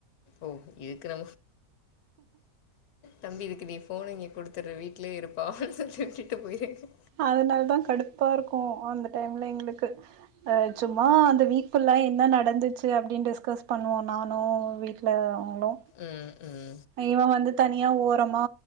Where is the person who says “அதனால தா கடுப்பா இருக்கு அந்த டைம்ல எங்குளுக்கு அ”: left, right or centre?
Right